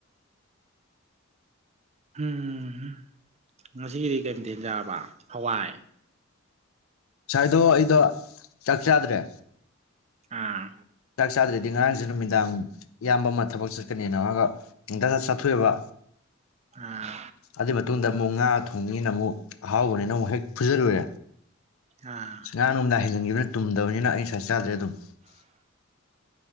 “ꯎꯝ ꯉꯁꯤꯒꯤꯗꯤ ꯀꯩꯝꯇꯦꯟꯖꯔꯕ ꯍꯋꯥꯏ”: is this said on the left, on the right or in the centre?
Right